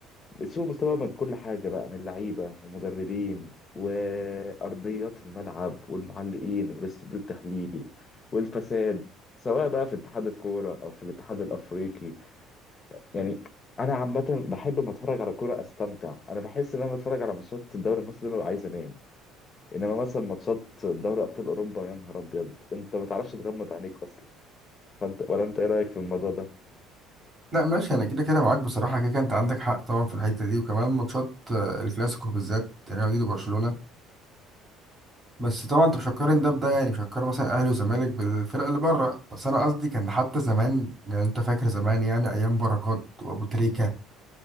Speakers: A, on the left; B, on the right.
A: سوء مستوى من كل حاجه بقى من لعيبه ومدربين وارضيات الملعب والمعلقين والاستوديو التحليلي والفساد سواء بقى في اتحاد الكوره او في الاتحاد الافريقي يعني انا عامه بحب ما اتفرج على كوره استمتع انا بحس ان انا بتفرج على ماتشات الدوري المصري ببقى عايز انام انما مثلا ماتشات دوري ابطال اوروبا يا نهار ابيض انت ما تعرفش تغمض عينيك اصلا فانت ولا انت ايه رايك في الموضوع ده
B: لا ماشي انا كده كده معاك بصراحة كده كده انت عندك حق طبعا في الحتة دي وكمان ماتشات آه، الكلاسيكو بالذات ريال مدريد وبرشلونة بس طبعا انت مش هتقارن ده بده يعني مش هتقارن مثلا اهلي وزمالك بالفرق اللي بره بس انا قصدي كان حتى زمان يعني انت فاكر زمان يعني ايام بركات وابو تريكة